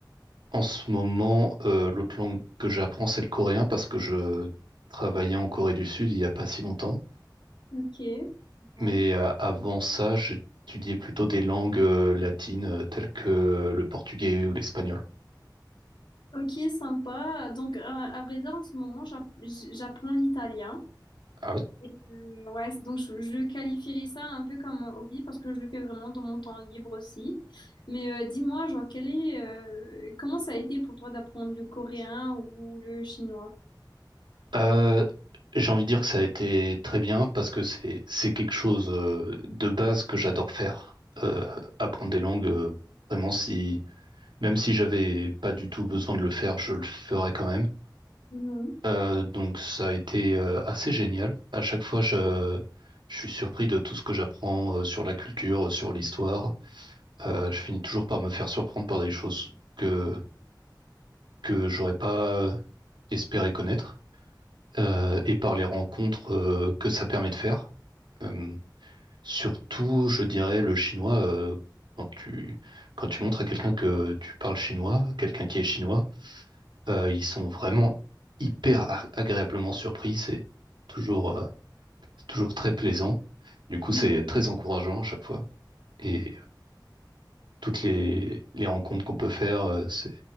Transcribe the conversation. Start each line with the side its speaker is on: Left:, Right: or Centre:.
Right: en ce moment, euh, l'autre langue que j'apprends, c'est le coréen parce que je travaillais en Corée du Sud il n'y a pas si longtemps.
Left: ok. Ouais.
Right: Mais euh, avant ça, j'étudiais plutôt des langues euh, latines euh, telles que le portugais ou l'espagnol.
Left: Ok, sympa. Donc, euh, à vrai dire, en ce moment, j'app- j'apprends l'italien.
Right: Ah ouais?
Left: Et, euh, ouais, c'est- donc je, je qualifierais ça un peu comme un hobby parce que je le fais vraiment dans mon temps libre aussi. Mais euh, dis-moi, genre, quel est, euh, comment ça a été pour toi d'apprendre le coréen ou le chinois?
Right: Euh, j'ai envie de dire que ça a été très bien parce que c'est c'est quelque chose euh, de base que j'adore faire. Euh, apprendre des langues, euh, vraiment si même si j'avais pas du tout besoin de le faire, je le ferais quand même.
Left: Mhm,
Right: Euh, donc ça a été euh, assez génial. À chaque fois, je je suis surpris de tout ce que j'apprends euh, sur la culture, euh, sur l'histoire. euh, je finis toujours par me faire surprendre par des choses que, que j'aurais pas euh, espéré connaître euh, et par les rencontres euh, que ça permet de faire. Euh, surtout, je dirais, le chinois, euh, quand tu, quand tu montres à quelqu'un que tu parles chinois, quelqu'un qui est chinois, euh, ils sont vraiment hyper a- agréablement surpris. C'est toujours, euh, c'est toujours très plaisant. Du coup,
Left: mhm,
Right: c'est très encourageant à chaque fois. Et toutes les, les rencontres qu'on peut faire, euh, c'est